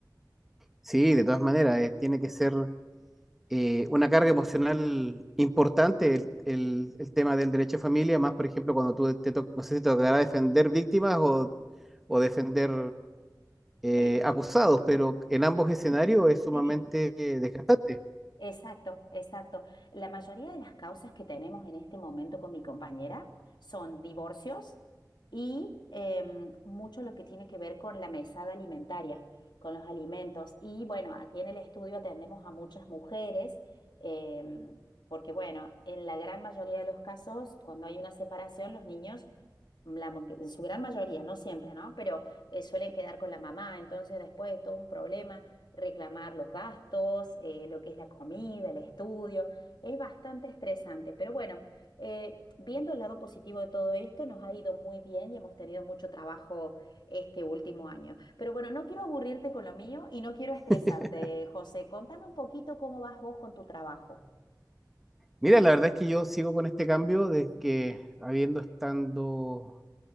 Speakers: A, in the centre; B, on the left.
A: Sí, de todas maneras, eh, tiene que ser eh, una carga emocional importante el, el- el tema del derecho de familia, más por ejemplo cuando tú te to- no sé si te tocará defender víctimas o, o defender eh,
B: Eh,
A: acusados, pero en ambos escenarios es sumamente
B: sí,
A: eh, desgastante.
B: Exacto, exacto. La mayoría de las causas que tenemos en este momento con mi compañera son divorcios y em, mucho lo que tiene que ver con la mesada alimentaria, con los alimentos. Y bueno, aquí en el estudio atendemos a muchas mujeres, em, porque bueno, en la gran mayoría de los casos, cuando hay una separación, los niños la mo- que en su gran mayoría, no siempre, ¿no? Pero eh, suelen quedar con la mamá, entonces después es todo un problema reclamar los gastos, eh, lo que es la comida, el estudio, es bastante estresante, pero bueno, eh, viendo el lado positivo de todo esto, nos ha ido muy bien y hemos tenido mucho trabajo este último año. Pero bueno, no quiero aburrirte con lo mío y no quiero
A: <laughs>
B: estresarte, José, contame un poquito cómo vas vos con tu trabajo.
A: Mira, la verdad es que yo sigo con este cambio de que habiendo estando